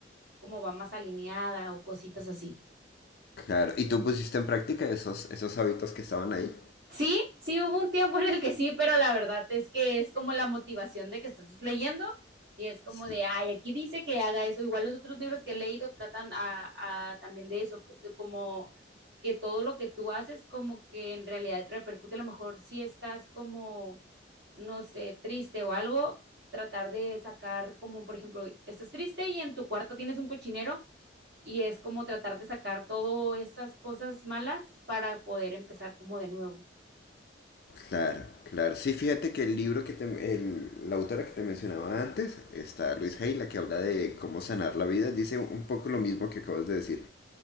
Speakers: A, on the right; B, on the left.
A: como va más alineada o cositas así.
B: Claro, ¿y tú pusiste en práctica esos, esos hábitos que estaban ahí?
A: Sí, sí hubo un tiempo en el que sí, pero la verdad es que es como la motivación de que estás leyendo y es como
B: Sí.
A: de, ay, aquí dice que haga eso. Igual los otros libros que he leído tratan a, a también de eso, pues de como que todo lo que tú haces como que en realidad te repercute, a lo mejor si estás como, no sé, triste o algo, tratar de sacar como, por ejemplo, estás triste y en tu cuarto tienes un cochinero y es como tratar de sacar todas esas cosas malas para poder empezar como de nuevo.
B: Claro, claro. Sí, fíjate que el libro que te, el- la autora que te mencionaba antes, está Luis Hay, la que habla de cómo sanar la vida, dice un poco lo mismo que acabas de decir.